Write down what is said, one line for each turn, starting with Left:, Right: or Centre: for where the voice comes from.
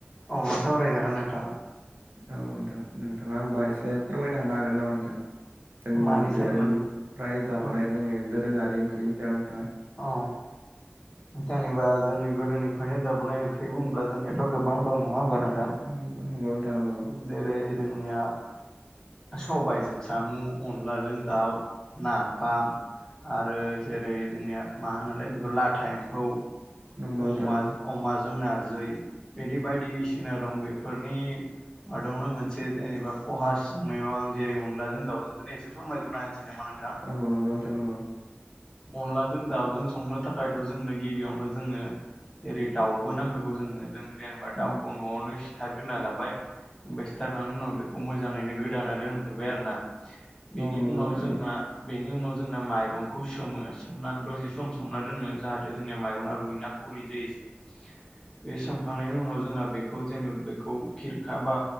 Left: औ सावरायजागोन नोंथां।
Right: औ नोंथां नोंथाङा होमबा एसे फोरमायनो हानो हागोन नामा नोंथां? जोंनि
Left: मानि
Right: गोदोनिफ्राय
Left: सायाव नों
Right: जाबोनाय
Left: औ
Right: जोंनि दोरोङारि ओंख्रिनि सायाव नोंथाङा।
Left: औ जेनेबा जोंनि गोदोनिफ्रायनो जाबोनाय ओंख्रि इ बुङोब्ला जोंनियाथ' गोबां दं नङा होनबा नोंथां।
Right: नंग नंगौ नोंथां नंगौ।
Left: जेरै जोंनिया स'बाइजों सामु, अनलाजों दाउ, नाफाम। आरो जेरै जोंनिया मा होनोलाय बेखौ लाथा एम्फौ
Right: नंगौ नोंथां
Left: अमाज
Right: नंगौ
Left: अमाजों नारजै बिदि बायदिसिना दं बेफोरनि मादावनो मोनसे जेनेबा खहास संनायाव आं जेरै अनलाजों दावउजोंखौनो एसे फोरमायग्रोना होनसै नामा नोंथां?
Right: औ नंगौ नोंथां नंगौ।
Left: अनलाजों दाउजों संनो थाखायथ' जोंनो गिबियावनो जोङो जेरै दाउबो नांग्रोगौ जोंनो जों जेनेबा दाउखौ
Right: नंगौ
Left: न'आवनो सिथारग्रोना लाबाय ओमफाय सिथारखांनायनि उनाव बेखौ मोजाङैनो गोदाना दोनग्रोबाय आरोना बेनि
Right: नोंथां
Left: उनाव जोंना
Right: नंगौ
Left: बेनि उनाव जोंना माइरंखौ सोमो सोमनानै दसे सम सोमना दोनो जाहाथे जोंनिया माइरंआ रुइना गुरै जायोसै बे सोमखांनायनि उनाव जोंहा बे खौ जेनब बेखौ खिरखा बा